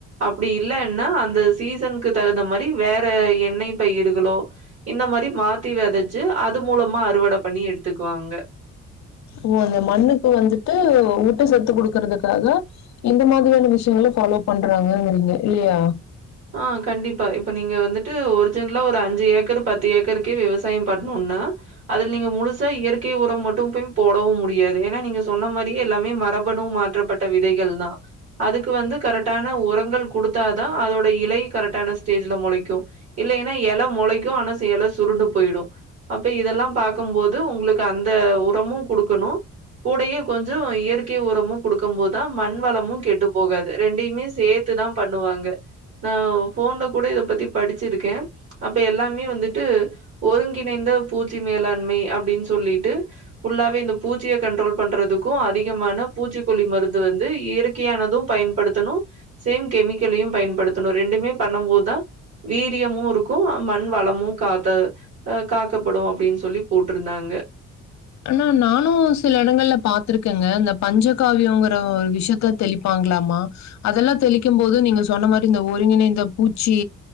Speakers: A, on the right; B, on the left.
A: அப்டி இல்லன்னா அந்த சீசனுக்கு தகுந்த மாரி வேற எண்ணெய் பயருகளோ இந்த மாரி மாத்தி வெதச்சு அது மூலமா அறுவட பண்ணி எடுத்துக்குவாங்க
B: ஓ அந்த மண்ணுக்கு வந்துட்டு ஊட்ட சத்து குடுக்குறத்துக்காக இந்த மாதிரியான விஷ்யங்கள ஃபாலோ பண்றாங்கங்கிறீங்க இல்லையா
A: ஆ கண்டிப்பா இப்ப நீங்க வந்துட்டு ஒரிஜின்லா ஒரு அஞ்சு ஏக்கரு பத்து ஏக்கருக்கே விவசாயோ பண்ணுனா அதுல நீங்க முழுசா இயற்கை உரம் மட்டு போய் போடவு முடியாது ஏனா நீங்க சொன்ன மாரியே எல்லாமே மரபணு மாற்றப்பட் ட விதைகள் தா அதுக்கு வந்து கரெட்டான வுரங்கள் குடுத்தாதா அதோ ட இலை கரெக்டான ஸ்டேஜுல மொளைக்கு இல்லைன்னா எல மொளைக்கு ஆனா ச எல சுருண்டு போயிடு அப்ப இதெல்லா பாக்கம்போது உங்ளுக்கு அந்த உரமு குடுக்கணு கூடயே கொஞ்சொ இயற்கை உரமு குடுக்கம்போதா மண் வளமு கெட்டு போகாது ரெண்டைமே சே த்து தா பண்ணுவாங்க நா ஃபோன்ல கூட இத பத்தி படிச்சிருக்கே அப்ப எல்லாமே வந்துட்டு ஒருங்கிணைந்த பூச்சி மேலாண்மை அப்டின் சொல்லிட்டு ஃபுல்லாவே இந்த பூச்சிய கன்ட்ரோல் பண்றதுக்கு அதிகமான பூச்சிக்கொல்லி மருந்து வந்து இயற் கையானது பயன்படுத்தனு சேம் கெமிக்கலையு பயன்படுத்தனு ரெண்டுமே பண்ணம்போதா வீரியமு இருக்கு ஆ மண் வளமு காத்த ஆ காக்கப்படு அப்டின் சொல்லி போட்ருந்தாங்க
B: ஆனா நானு சில எடங்கள்ல பாத்திருக்கேங்க இந்த பஞ்சகாவியோங்ற ஒரு விஷ்யத்த தெளிப்பாங்ளாமா அதெல்லா தெளிக்கம்போது நீங்க சொன்ன மாரி இந்த ஒருங்கிணைந்த பூச்சி